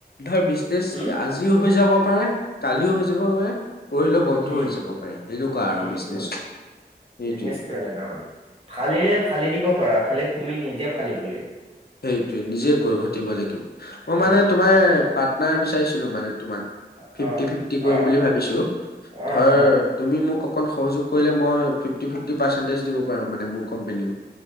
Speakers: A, on the left (about 65°); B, on the right (about 35°).
A: ধৰ বিজনেচ
B: উম,
A: আজিও হৈ যাব পাৰে, কালিও হৈ যাব পাৰে। পৰহিলে বন্ধও
B: উম,
A: হৈ যাব পাৰে, সেনেকুৱা
B: উম,
A: আৰু বিজনেছ
B: উম,
A: সেইটোৱেই।
B: বিজনেচটো এনেকা ফালিলে ফালি দিব পাৰা, খালি তুমি নিজে ফালিব লাগিব।
A: সেইটোৱে নিজে কৈ ঘটিব লাগিব, মই
B: উম।
A: মানে তোমাৰ পাৰ্টনাৰ বিচাৰিছিলোঁ মানে। তোমাক
B: অ',
A: ফিফটি, ফিফটি
B: অ',
A: কৰিম বুলি ভাবিছোঁ।
B: অ',
A: ধৰ
B: অ',
A: তুমি মোক অকণ সহযোগ কৰিলে, মই ফিফটি, ফিফটি পাৰ্চেণ্টেজ দিব পাৰোঁ মানে মোৰ কোম্পেনীও।